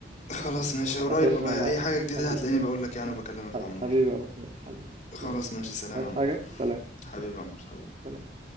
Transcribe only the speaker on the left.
خلاص ماشي قريب
والله
اي
حاجة جديدة
هتلاقيني بقول لك يعني وبكلمك يا عمور
خلاص
ماشي سلام
يا عمور
حبيبي
يا عمور حبيبي